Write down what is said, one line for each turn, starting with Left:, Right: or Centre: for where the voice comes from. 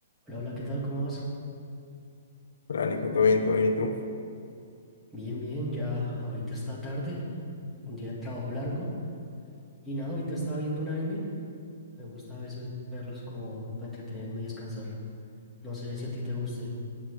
Centre: Hola, hola, ¿qué tal? ¿Cómo vas?
Left: Hola, Nico, ¿todo bien? ¿Todo bien? ¿Y tú?
Centre: Bien, bien, ya ahorita está tarde, un día de trabajo largo y nada, ahorita estaba viendo un anime, me gusta a veces verlos como para entretenerme y descansar, no sé si a ti te guste.